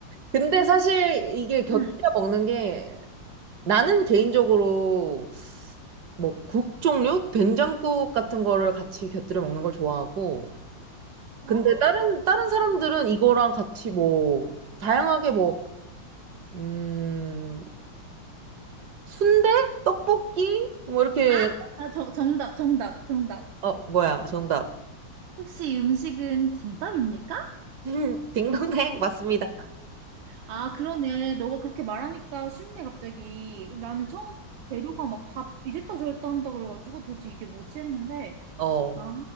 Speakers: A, on the right; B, on the right.
A: 근데 사실 이게 곁들여
B: 응.
A: 먹는 게 나는 개인적으로 뭐 국 종류, 된장국 같은 거를 같이 곁들여 먹는 걸 좋아하고
B: 어?
A: 근데 다른 다른 사람들은 이거랑 같이 뭐 다양하게 뭐 음, 순대, 떡볶이 뭐 이렇게
B: 아, 아, 저, 정답, 정답, 정답.
A: 어 뭐야 정답
B: 혹시 이 음식은 김밥입니까?
A: <laughs> 딩동댕 맞습니다.
B: 아, 그러네. 너가 그렇게 말하니까 쉽네, 갑자기. 나는 처음 재료가 막 다 이랬다 저랬다 한다 그래가지고 도대체 이게 뭐지 했는데.
A: 어
B: 아,